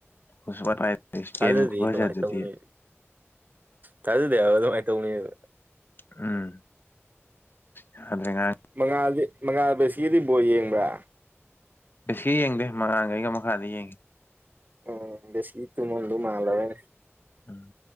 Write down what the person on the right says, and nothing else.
ꯊꯥꯖꯗꯤ
ꯑꯗꯨꯃꯥꯏꯅ ꯇꯧꯅꯤ ꯊꯥꯖꯗꯦꯕ ꯑꯗꯨꯃꯥꯏꯅ ꯇꯧꯅꯦꯕ
ꯃꯉꯥꯗꯤ ꯃꯉꯥ ꯕꯦꯁꯤꯒꯤꯗꯤ ꯕꯣꯔ ꯌꯦꯡꯕ꯭ꯔꯥ
ꯎꯝ ꯦꯁꯒꯤ ꯇꯨꯃꯣ ꯑꯗꯨ ꯃꯥꯂꯔ